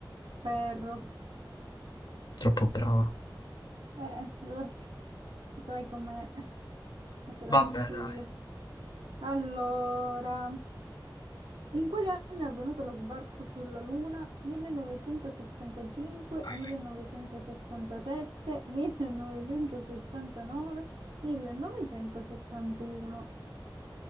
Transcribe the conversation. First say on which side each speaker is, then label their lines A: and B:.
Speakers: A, on the right (about 80°); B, on the left (about 55°).
A: ferro.
B: Troppo brava.
A: Eh, eh, lo <laughs> sai com'è? Ma te la
B: Vabbè,
A: faccio
B: dai.
A: io. Allora, in quali anni è avvenuto lo sbarco sulla Luna? 1965,
B: Vai.
A: 1967, 1969, 1971.